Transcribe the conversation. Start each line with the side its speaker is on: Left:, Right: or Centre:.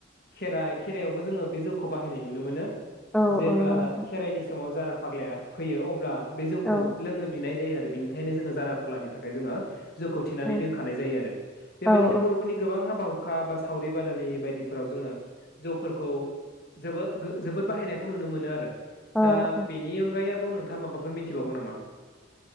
Left: खेराइ खेराइयावबो जोङो बे जौखौ बाहायनाय नुनो मोनो
Centre: औ
Left: जेब्ला
Centre: औ नंगौ नोंथां
Left: खेराइनि समाव जारा फा फाग्लाया फैयो अब्ला बे जौखौ
Centre: औ
Left: लोंनो नाय जायो आरो बेनि थाखायायनो जोङो जारा फाग्लानि थाखाय जोङो जौखौ थिनानै
Centre: औ
Left: दोनखानाय जायो आरो
Centre: औ
Left: बेबायदिनो बर'फोरनि गोबां हाबा हुखा बा सावरि बादालि बायदिफोराव जोङो जौफोरखौ जोबो जोबोद बाहायनायखौ नुनो मोनो आरो
Centre: औ
Left: दा
Centre: औ औ
Left: बेनि अनगायै आरो बाव नोंथाङ माबाफोर मिथिबागौ नामा